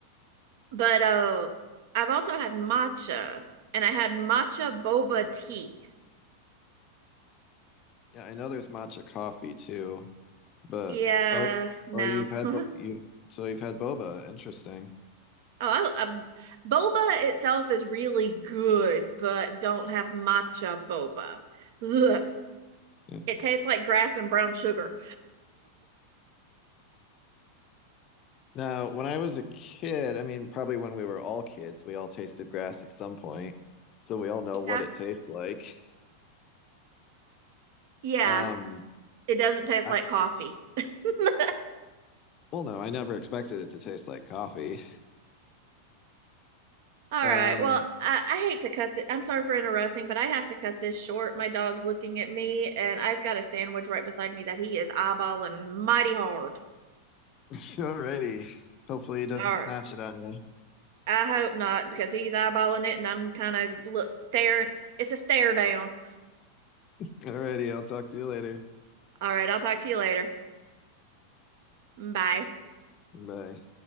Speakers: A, on the right; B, on the left.
A: but uh, I've also had matcha, and I had matcha boba tea.
B: Yeah, I know there's matcha coffee too, but
A: Yeah,
B: oh,
A: no.
B: oh, you've had
A: <laughs>
B: bo- you so you've had boba. Interesting.
A: Oh, I, um, boba itself is really good, but don't have matcha boba. Ugh.
B: Yeah.
A: It tastes like grass and brown sugar.
B: Now, when I was a kid, I mean, probably when we were all kids, we all tasted grass at some point, so we all know
A: Yeah,
B: what it tastes like.
A: yeah.
B: Um,
A: It doesn't taste
B: I,
A: like coffee. <laughs>
B: well, no, I never expected it to taste like coffee.
A: All
B: Um,
A: right. Well, I, I hate to cut it. I'm sorry for interrupting, but I have to cut this short. My dog's looking at me, and I've got a sandwich right beside me that he is eyeballing mighty hard.
B: <laughs> alrighty. Hopefully, it doesn't
A: All right.
B: snatch it on you.
A: I hope not, because he's eyeballing it, and I'm kind of look staring. It's a stare down.
B: Alrighty, I'll talk to you later.
A: All right. I'll talk to you later. Bye.
B: Bye.